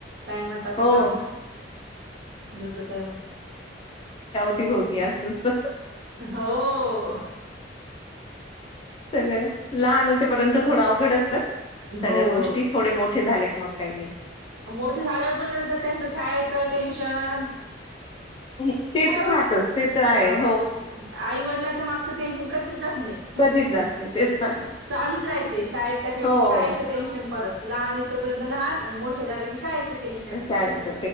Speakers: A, on the right; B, on the left.
A: टाइमाते
B: हो
A: काम जस टाइम
B: ती असचत.
A: हो.
B: सगळं लहान असपर्यंत थोडं अवघड असतं,
A: हो
B: सगळ्या गोष्टी थोडे मोठे झाले का मग. काही नाही.
A: मोठे झाल्यावर पण नंतर त्यांचं सहाचं टेन्शन.
B: हं, ते
A: काय
B: तर राहतच ते तर आहे
A: हो आईवडिलाच्या मागचं टेन्शन कधीच जात नाही.
B: कधीच जात नाही ते तर.
A: चालूच राहते शाळेत टाकलं
B: हो
A: की शाळेतच
B: हो
A: टेन्शन परत लहान तोपर्यंत. लहान मोठं झालं क शाळेचं. टेन्शन
B: अशायत.